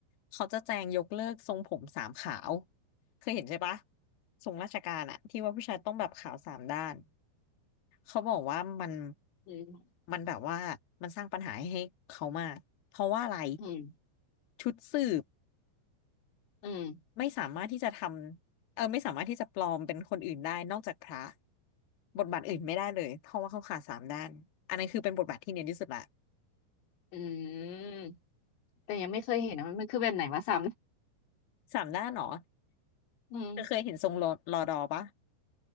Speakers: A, on the left; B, on the left.
A: เขาจะแจงยกเลิกทรงผมสามขาวเคยเห็นใช่ปะทรงราชการอะที่ว่าผู้ชายต้องแบบขาวสามด้าน เขาบอกว่ามัน
B: อืม
A: มันแบบว่ามันสร้างปัญหาให้เขามากเพราะว่าอะไร
B: อืม
A: ชุดสืบ
B: อืม
A: ไม่สามารถที่จะทำเออไม่สามารถที่จะปลอมเป็นคนอื่นได้นอกจากพระบทบาทอื่นไม่ได้เลยเพราะว่าเขาขาดสามด้านอันนั้นคือเป็นบทบาทที่เนียนที่สุดละ
B: อืมแต่ยังไม่เคยเห็นนะมันคือแบบไหนวะซ้
A: สามด้านเหรอ
B: ำอืม
A: เธอเคยเห็นทรงรอรอดอปะ